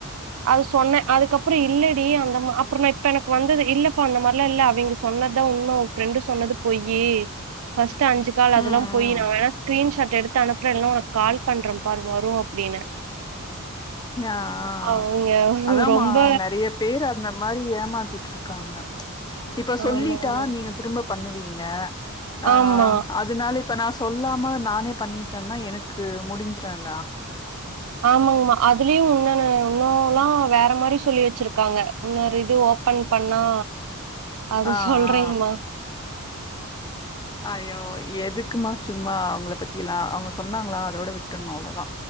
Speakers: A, on the right; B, on the left.
A: அது சொன்னே அதுக்கப்றோ இல்ல ப்பிடி அந்தமா அப்புறோ இப்ப எனக்கு வந்தது இல்லப்பா அந்த மாரிலா இல்ல அவிங்க சொன்னதா உண்ம உ ஃப்ரெண்டு சொன்னது போய்யி பஸ் அஞ்சு கால் அதெல்லா
B: ம் ம்
A: பொய் நாவேனா ஸ்கிரீன்ஷாட் எடுத்து அனுப்றேனு கால் பண்றே பார் வரு அப்டின்னே
B: ஆ ஆ ஆ
A: அவிங்க
B: அதாமா
A: ரொம்ப
B: நெறய பேர் அந்த மாரி ஏமாத்திட்ருக்காங்க இப்ப சொல்லிட்டா
A: ஆமாங்க
B: நீங்க திரும்ப பண்ணுவீங்க அ
A: ஆமா.
B: அதனால இப்ப நா சொல்லாம நானே பண்ணிட்டேன்னா எனக்கு முடிஞ்சிரு எல்லா
A: ஆமாங்கமா அதுலயு உன்னோனு இன்னுனல்லா வேற மாரி சொல்லி வச்சிருக்காங்க உன்னொ ர இது ஓபன் பண்ணா அது
B: ஆ
A: சொல்றேங்கமா.
B: ஆ அய்யோ எதுக்குமா சும்மா அவுங்கள பத்தி எல்லா அவுங்க சொன்னாங்ளா அதோட விட்றணு அவ்ளதா